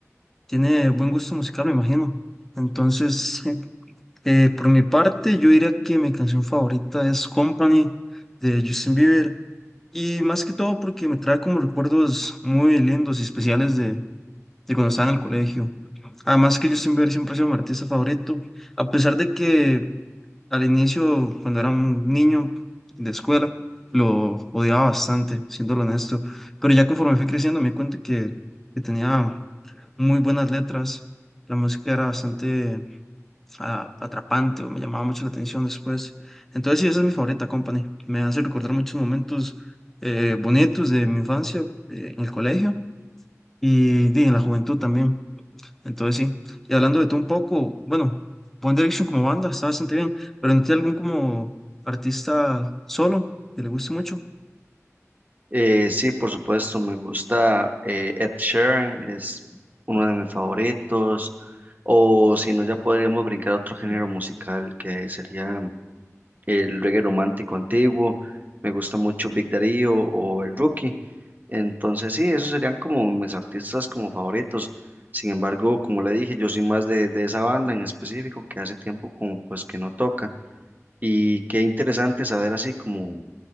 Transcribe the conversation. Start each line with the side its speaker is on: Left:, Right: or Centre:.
Centre: tiene buen gusto musical, me imagino. Entonces, Sí. eh, por mi parte, yo diría que mi canción favorita es Company de Justin Bieber. Y más que todo porque me trae como recuerdos muy lindos y especiales de, de cuando estaba en el colegio. Además que Justin Bieber siempre ha sido mi artista favorito. A pesar de que al inicio, cuando era un niño de escuela, lo odiaba bastante, siéndolo honesto, pero ya conforme fui creciendo me di cuenta que, que tenía muy buenas letras, la música era bastante ah, atrapante o me llamaba mucho la atención después. Entonces sí, esa es mi favorita, Company. Me hace recordar muchos momentos eh, bonitos de mi infancia eh, en el colegio y, di, en la juventud también. Entonces sí, y hablando de tú un poco, bueno, One Direction como banda está bastante bien, pero ¿no tiene algún como artista solo que le guste mucho?
Right: Eh, sí, por supuesto, me gusta eh, Ed Sheeran, es uno de mis favoritos, o si no, ya podríamos brincar a otro género musical que sería el reggae romántico antiguo, me gusta mucho Big Darío o el Rookie. Entonces sí, esos serían como mis artistas como favoritos. Sin embargo, como le dije, yo soy más de, de esa banda en específico que hace tiempo como pues que no toca. Y qué interesante saber así como